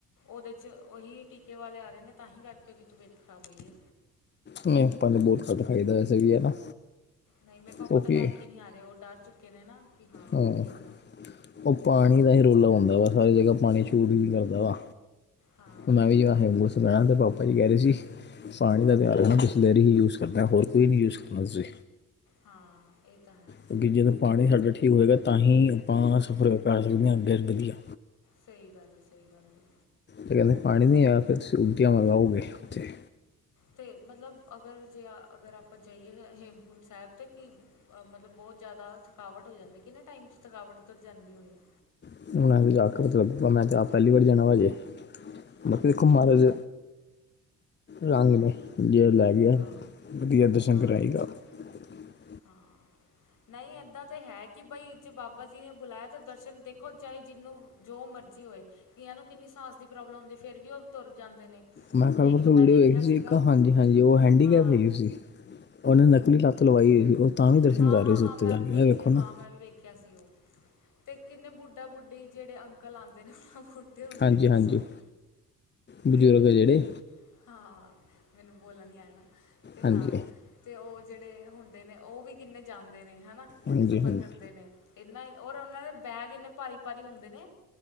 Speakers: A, on the left; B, on the left.
A: ਓਦੇ ਚ ਓਹੀ ਟੀਕੇ ਵਾਲੇ ਆ ਰੇ ਨੇ ਤਾਂ ਹੀ ਕਰਕੇ ਓਦੀ ਤਬੀਅਤ ਖਰਾਬ ਹੋਈ ਐ।
B: ਨਈਂ, ਆਪਾਂ ਨੂੰ ਬੋਤ ਘੱਟ ਖਾਈਦਾ ਵੈਸੇ ਵੀ ਐ, ਨਾ
A: ਨਈ ਮੇਰੇ ਪਾਪਾ
B: ਕਿਉਂਕਿ
A: ਤਾਂ ਲੈ ਕੇ ਨੀ ਆਰੇ, ਔ ਡਾਰ ਚੁੱਕੇ ਨੇ ਨਾ। ਕਿ
B: ਹਾਂ,
A: ਕਿ ਏਦਾਂ
B: ਔ ਪਾਨੀ ਦਾ ਈਂ ਰੌਲਾ ਹੁੰਦਾ ਵਾਂ, ਸਾਰੀ ਜਗ੍ਹਾ ਪਾਨੀ ਛੂਟ ਵੀ ਕਰਦਾ ਵਾ।
A: ਹਾਂ
B: ਹੁਨ ਮੈਂ
A: ਇਹ
B: ਵੀ
A: ਤਾਂ ਹੈ
B: ਹੇਮਕੁੰਟ ਸੁਣਾਆ ਤੇ ਪਾਪਾ ਜੀ ਕੈ ਰੇ ਸੀ ਪਾਨੀ
A: ਹਮ
B: ਦਾ ਧਿਆਨ ਰੱਖਣਾ, ਬਿਸਲੇਰੀ ਹੀ ਯੂਜ ਕਰਨਾ, ਹੋਰ ਕੋਈ ਨੀ ਯੂਜ ਕਰਨਾ ਤੁਸੀ।
A: ਹਾਂ, ਐ ਤਾਂ ਹੈ।
B: ਕਿਉਂਕਿ ਜਦੋਂ ਪਾਨੀ ਸਾਡਾ ਠੀਕ ਹੋਐਗਾ ਤਾਂ ਹੀ, ਆਪਾਂ ਸਫਰ ਕਰ ਸਕਦੇ ਹਾਂ ਅੱਗੇ ਵਧੀਆ।
A: ਸਈ ਗਾੱਲ ਐ, ਸਈ ਗੱਲ ਐ।
B: ਫਿਰ ਕੈਂਦੇ ਪਾਨੀ ਨੀ ਆਯਾ, ਫਿਰ ਤੁਸੀਂ ਉਲਟੀਆਂ ਵਗਾਓਗੇ ਓਥੇ।
A: ਤੇ ਮਤਲਬ ਅਗਰ ਜੇ ਅਗਰ ਆਪਾਂ ਜਾਈਐ ਹੇਮਕੁੰਟ ਸੈਬ ਤੇ ਕਿ ਮਤਲਬ ਬੋਤ ਜਾਦਾ ਥਕਾਵਟ ਹੋ ਜਾਂਦੀ, ਕਿੰਨੇ ਟਾਈਮ 'ਚ ਥਕਾਵਟ ਉਤਰ ਜਾਂਦੀ ਹੋਨੀ ਐ?
B: <unintelligible> ਮੈਂ ਤਾ ਆਪ ਪੈਲੀ ਵਾਰੀ ਜਾਣਾ ਵਾ ਅਜੇ,
A: ਅੱਛਾ।
B: ਬਾਕੀ ਦੇਖੋ ਮਾਰਜ ਰੰਗ ਨੇ ਜੇ ਲੈ ਗਿਆ,
A: ਹਾਂ
B: ਵਧੀਆ ਦਰਸ਼ਨ
A: ਹਾਂ
B: ਕਰਏਗਾ।
A: ਇਹ ਤਾਂ
B: <inaudible>
A: ਹਾਂ, ਨਈ ਏਦਾਂ ਤੇ ਹੈ ਕਿ ਬਈ ਜੇ ਬਾਬਾ ਜੀ ਨੇ ਬੁਲਾਯਾ ਤਾਂ ਦਰਸ਼ਨ ਦੇਖੋ ਚਾਏ ਜੀਨੂੰ, ਜੋ ਮਰਜ਼ੀ ਹੋਏ। ਕਿਆ ਨੂ ਕਿੰਨੀ ਸਾਸ ਦੀ ਪ੍ਰੋਬਲਮ ਹੁੰਦੀ, ਫੇਰ ਵੀ ਓ ਤੁਰ ਜਾਂਦੇ ਨੇ।
B: ਮੈਂ ਕਲ
A: ਇੱਕ
B: ਪਰਸੋ
A: ਮੈਂ
B: ਵੀਡੀਓ
A: ਦੇਖਿਆ
B: ਵੇਖੀ ਸੀ
A: ਸੀਗਾ
B: ਇੱਕ ਹਾਂਜੀ-ਹਾਂਜੀ ਓ ਹੈਂਡੀਕੈਪ
A: ਹਾਂ
B: ਹੈਗੀ ਸੀ। ਓਨੇ ਨਕਲੀ ਲਾ ਤ ਲਵਾਈ ਹੋਈ ਸੀ। ਤਾਂ ਵੀ ਦਰਸ਼ਨ
A: ਹਾਂ-ਹਾਂ,
B: ਕਰ ਰਹੀ ਸੀ
A: ਹਾਂ
B: ਉੱਤੇ
A: ਮੈਂ
B: ਜਾ
A: ਵੀ
B: ਕੇ
A: ਵੇਖੇਆ
B: ਇਹ ਵੇਖੋ
A: ਹਾਂ,
B: ਨਾ
A: ਮੈਂ ਵੀ ਵੇਖੇਆ। ਕੈਸੀ ਔ, ਤੇ ਕਿੰਨੇ ਬੁੱਢਾ- ਬੁੱਢੀ ਜਿਹੜੇ ਅੰਕਲ ਆਂਦੇ ਨੇ ਬੁੱਢੇ ਹੁੰਦੇ
B: ਹਾਂਜੀ-
A: ਨੇ
B: ਹਾਂਜੀ
A: ਸੋਰੀ
B: ਬਜ਼ੁਰਗ
A: ਤੇ
B: ਐ ਜਿਹੜੇ
A: ਹਾਂ, ਮੈਂਨੂੰ ਬੋਲਨਾ ਨੀ ਆਇਆ ਨਾ ਤੇ
B: ਹਾਂਜੀ
A: ਹਾਂ ਤੇ ਔ ਜਿਹੜੇ, ਹੁੰਦੇ ਨੇ ਔ ਵੀ ਕਿੰਨੇ ਜੰਮਦੇ ਨੇ ਹਨਾ।
B: ਹਾਂਜੀ
A: ਸਫ਼ਰ
B: ਹਾਂਜੀ
A: ਕਰਦੇ ਨੇ, ਏਨਾ ਈ ਔਰ ਉਹਨਾਂ ਦੇ ਬੈਗ ਏਨੇ ਭਾਰੀ ਭਾਰੀ ਹੁੰਦੇ ਨੇ,